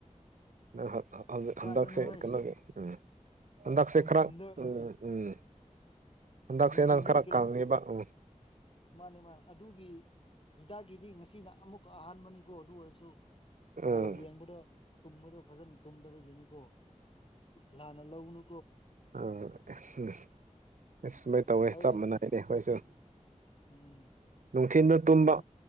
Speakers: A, on the right; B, on the left.
A: ꯅ
B: ꯀꯥꯏꯗꯅꯣ
A: ꯍꯟꯗꯛꯁꯦ
B: ꯍꯣꯏ
A: ꯀꯩꯅꯣꯒꯤ ꯎꯝ ꯍꯟꯗꯛꯁꯦ
B: ꯅꯨꯡꯊꯤꯟꯗ
A: ꯈꯔ ꯎꯝ ꯎꯝ ꯍꯟꯗꯛꯁꯦ
B: ꯅꯨꯡꯊꯤꯟꯗ
A: ꯅꯪ ꯈꯔ
B: ꯀꯤꯂꯣ
A: ꯀꯪꯉꯦꯕ ꯎꯝ
B: ꯃꯥꯅꯦ ꯃꯥꯅꯤ ꯑꯗꯨꯒꯤ ꯍꯤꯗꯥꯛꯀꯤꯗꯤ ꯉꯁꯤꯅ ꯑꯃꯨꯛ ꯑꯍꯥꯟꯕꯅꯤꯀꯣ ꯑꯗꯨ ꯑꯣꯏꯔꯁꯨ
A: ꯎꯝ
B: ꯕꯣꯜ ꯌꯦꯡꯕꯗ ꯇꯨꯝꯕꯗ ꯐꯖꯅ ꯇꯨꯝꯗꯕꯒꯤꯅꯤꯀꯣ ꯂꯥꯟꯅ ꯂꯧꯅꯨ
A: ꯑꯝ ꯎꯝ ꯑ ꯁꯨꯃꯥꯏꯅ ꯇꯧꯋꯦ
B: ꯑꯩ
A: ꯆꯞ ꯃꯥꯟꯅꯏꯩꯅꯦ ꯑꯩꯈꯣꯏꯁꯨ
B: ꯎꯝ
A: ꯅꯨꯡꯊꯤꯟꯜꯗ ꯇꯨꯝꯕ
B: ꯑꯩ